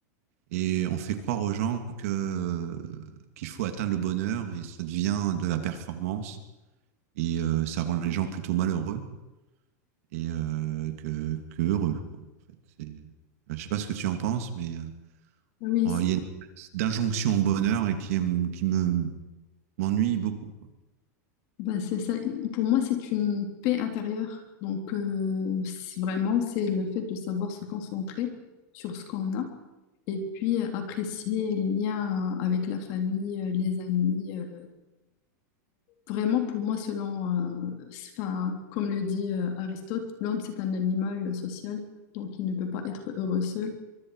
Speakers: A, on the right (about 50°); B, on the left (about 35°).
A: et on fait croire aux gens que, euh, qu'il faut atteindre le bonheur et ça devient de la performance et euh, ça rend les gens plutôt malheureux et euh, que, que heureux, quoi, en fait. C'est- euh, Je sais pas ce que tu en penses, mais euh,
B: Ah Oui,
A: il y a une espèce d'injonction au bonheur et qui, qui me, m'ennuie beaucoup, quoi.
B: Ben, c'est ça. Pour moi, c'est une paix intérieure. Donc, euh, c'est vraiment, c'est le fait de savoir se concentrer sur ce qu'on a et puis euh, apprécier les liens euh, avec la famille, euh, les amis. euh. Vraiment, pour moi, selon, euh, enfin, comme le dit euh, Aristote, l'homme, c'est un animal social, donc il ne peut pas être heureux seul.